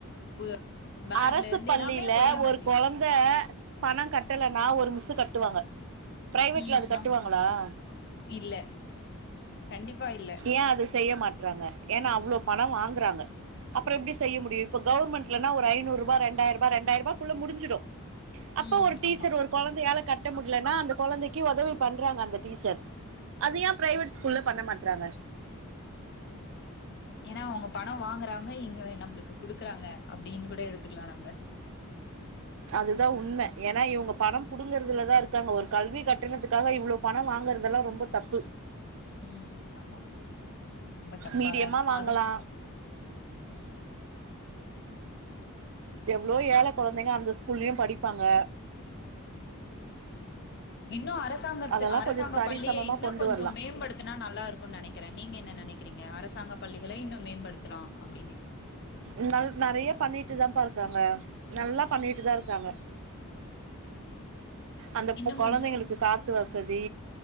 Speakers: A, on the left; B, on the right.
A: பு பேக்ல
B: அரசு
A: இருந்து
B: பள்ளில
A: எல்லாமே ஒரே மாதிரி
B: ஒரு கொழந்த பண கட்டலனா ஒரு மிஸ்ஸு கட்டுவாங்க பிரைவேட்ல
A: ம்
B: அது கட்டுவாங்களா
A: ஆமா இல்ல கண்டிப்பா இல்ல
B: ஏ அது செய்ய மாட்றாங்க ஏன்னா அவ்ளோ பண வாங்குறாங்க அப்புற எப்டி செய்ய முடியு இப்ப கவுர்மண்ட்லனா ஒரு ஐநூறுபா ரெண்டாயர்பா இரண்டாயர்பா குள்ள முடிஞ்சிடு அப்ப
A: ம்
B: ஒரு டீச்சர்
A: ஆமா
B: ஒரு கொழந்தையால கட்ட முட்லனா அந்த கொழந்தக்கி ஒதவி பண்றாங்க அந்த டீச்சர் அது ஏ பிரைவேட் ஸ்கூல்ல பண்ண மாட்றாங்க
A: ஏனா அவங்க பண வாங்குறாங்க இங்க நம்ளுக்கு குடுக்குறாங்க அப்டின் கூட எடுத்துக்லா நம்ப
B: அதுதா உண்ம ஏன்னா இவுங்க பண புடுங்கற்துலதா இர்க்காங்க ஒரு கல்வி கட்டணத்துக்காக இவ்ளோ பண வாங்கற்துல்லா ரொம்ப தப்பு
A: ம் ஆமா ரொம்ப தப்பாதாருக்கு
B: மீடியமா வாங்கலா
A: அது ம்
B: எவ்ளோ ஏழ கொழந்தைங்க அந்த ஸ்கூல்லியு படிப்பாங்க
A: இன்னு அரசாங்கத்து
B: அதெல்லா
A: அரசாங்க
B: கொஞ்சோ சரிசமமா
A: பள்ளிய இன்ன
B: கொண்டு
A: கொஞ்சோ
B: வரலா
A: மேம்படுத் துனா நல்லாருக்கு நெனக்கிற நீங்க என்ன நெனக்கிறீங்க அரசாங்க பள்ளிகள இன்னு மேம்படுத்துலா அப்டின்னிட்டு
B: இந்தாலு நறைய பண்ணிட்டு தாம்ப்பா இர்க்காங்க நல்லா பண்ணிட்டு தா இர்க்காங்க அந்தப்பு
A: இன்னு
B: கொ
A: கொஞ்சோ
B: ழந்தைங்களுக்கு காத்து வசதி